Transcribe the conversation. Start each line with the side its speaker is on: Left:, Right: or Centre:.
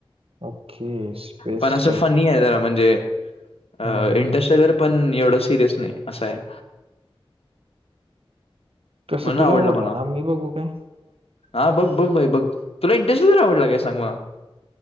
Right: ओके स्पेस
Left: पण असं
Right: टाईप
Left: फनी आहे जरा म्हणजे अ
Right: हा हा
Left: इंटरेस्ट पण एवढ सिरियस नाही असं आहे
Right: कसं
Left: म्हण
Right: तुला
Left: आवडलं
Right: आवडला
Left: मला
Right: ना मी बघू काय
Left: हा बघ बघ भाई बघ तुला इंटरेस्ट आवड लाग सांग मला